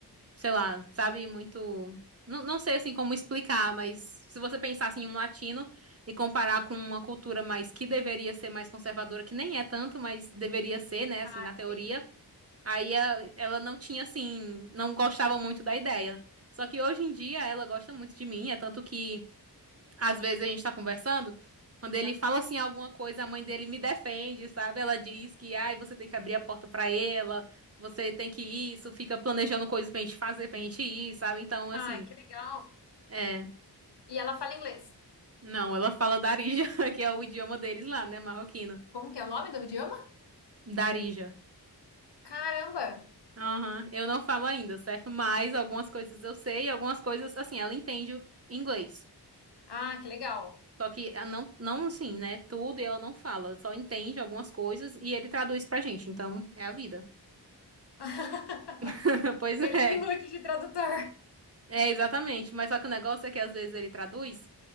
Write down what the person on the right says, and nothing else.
sei lá, sabe, muito. Não, não sei assim como explicar, mas se você pensasse em um latino e comparar com uma cultura mais que deveria ser mais conservadora, que nem é tanto, mas deveria ser, né, assim,
na
teoria, aí a- ela não tinha assim, não gostava muito da ideia. Só que hoje em dia ela gosta muito de mim, é tanto que às vezes a gente tá conversando, quando ele
fala assim alguma coisa, a mãe dele me defende, sabe? Ela diz que, ai, você tem que abrir a porta pra ela, você tem que isso, fica planejando coisas pra gente fazer, pra gente ir, sabe? Então, assim,
é.
Não, ela fala Darija, <laughs> que é o idioma deles lá, né, marroquino.
Darija.
Aham, Eu não falo ainda, certo? Mas algumas coisas eu sei, algumas coisas, assim, ela entende o inglês.
Só que ah, não, não assim, né? Tudo e ela não fala, só entende algumas coisas e ele traduz pra gente. Então, é a vida.
<laughs> Pois
é.
É, exatamente. Mas só que o negócio é que às vezes ele traduz